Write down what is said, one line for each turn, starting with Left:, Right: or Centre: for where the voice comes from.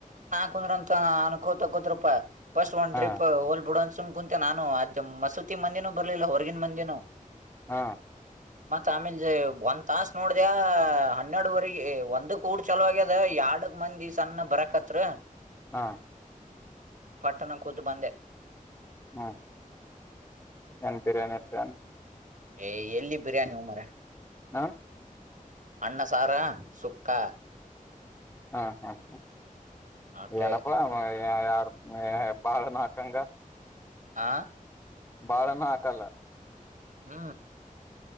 Right: ಕುಂದ್ರ ಅಂತ ಅನ್ಕೋತಾ ಕೋತ್ರಪ್ಪಾ ಫಸ್ಟ್ ವನ್
Left: ಹಾ
Right: ಟ್ರಿಪ್ ಹೋಗ್ಲಿ ಬಿಡು ಸುಮ್ನೆ ಕುಂತೆ ನಾನು ಆ ಮಸೂತಿ ಮಂದಿನೂ ಬರ್ಲಿಲ್ಲ ಹೊರಗಿನ ಮಂದಿನೂ
Left: ಹ
Right: ಮತ್ತ ಆಮೇಲ್ ಒಂದ್ ತಾಸ ನೋಡ್ದ ಹನ್ನೆರಡುವರೆ ಒಂದಕ ಊಟ ಚಲೋ ಆಗ್ಯದ ಎರಡಕ ಮಂದಿ ಸಣ್ಣ ಬರಕತರ
Left: ಹಾ
Right: ಪಟ್ಟಣ ಕೂತು ಬಂದೆ
Left: ಹ ಏನ್ ಬಿರಿಯಾನಿ ಇತ್ತ ಏನು
Right: ಏ ಎಲ್ಲಿ ಬಿರಿಯಾನಿ ಮಾರಾಯ
Left: ಹಾ
Right: ಅಣ್ಣ ಸಾರ ಸುಕ್ಕಾ
Left: ಹಾ ಹಾ ಹಾ
Right: ಅಟ್ಟೆ
Left: ನನಪ್ಪ ಯಾರ ಬಾಳನಾ ಹಕಂಗ
Right: ಆ
Left: ಬಾಳನ ಹಾಕಲ್ಲ
Right: ಹ್ಮ